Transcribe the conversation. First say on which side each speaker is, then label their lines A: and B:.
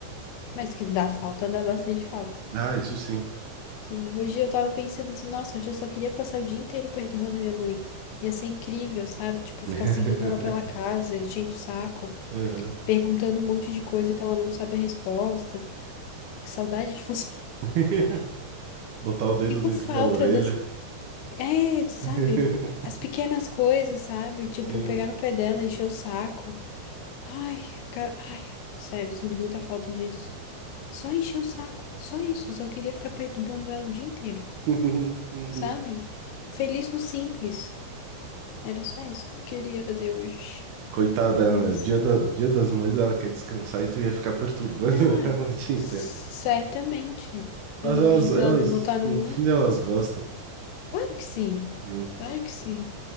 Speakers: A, on the left; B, on the right.
A: Mas que dá falta, dá bastante falta.
B: Ah, isso sim.
A: Sim, hoje eu tava pensando assim, nossa, hoje eu só queria passar o dia inteiro perturbando a minha mãe. Ia ser incrível, sabe? Tipo,
B: <laughs>
A: ficar seguindo ela pela casa, enchendo o saco,
B: Aham.
A: perguntando um monte de coisa que ela não sabe a resposta. Que saudade de fazer. <laughs>
B: <laughs> Botar o dedo
A: Sinto
B: dentro
A: falta
B: da orelha.
A: das. É, sabe?
B: <laughs>
A: As pequenas coisas, sabe? Tipo,
B: Sim.
A: pegar no pé dela, encher o saco. Ai, fica... Ai, sério, sinto muita falta disso. Só encher o saco, só isso. Eu só queria ficar perturbando ela o dia inteiro,
B: <laughs>
A: sabe? Feliz no simples. Era só isso que eu queria fazer hoje.
B: Coitada,
A: É, mas.
B: né? dia da, dia das mães ela quer descansar e tu ia ficar perturbando
A: Não,
B: <laughs> ela o dia
A: certamente.
B: inteiro. Mas
A: Eu não
B: elas,
A: pedi pra
B: elas,
A: ela me botar no
B: no
A: mundo?
B: fim elas gostam.
A: Claro que sim,
B: Sim.
A: claro que sim.